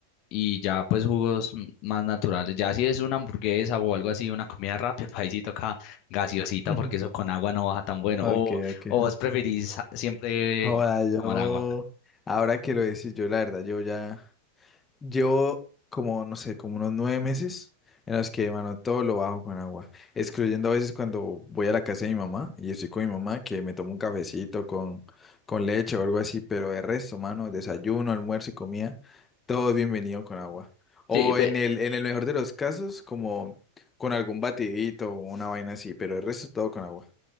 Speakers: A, on the left; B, on the left.
A: y ya pues jugos m- más naturales. Ya si es una hamburguesa o algo así, una comida rápida, <laughs> ahí sí toca gaseosita
B: <laughs>
A: porque eso con agua no baja tan bueno.
B: Okay,
A: O,
B: okay.
A: o vos preferís a- siempre
B: Joda, yo,
A: tomar agua.
B: ahora que lo decís, yo la verdad, yo ya... Llevo como, no sé, como unos nueve meses en los que, mano, todo lo bajo con agua, excluyendo a veces cuando voy a la casa de mi mamá y estoy con mi mamá, que me tomo un cafecito con, con leche o algo así, pero de resto, mano, desayuno, almuerzo y comida, todo es bienvenido con agua. O
A: Sí, ve-
B: en el, en el mejor de los casos, como con algún batidito o una vaina así, pero el resto todo con agua.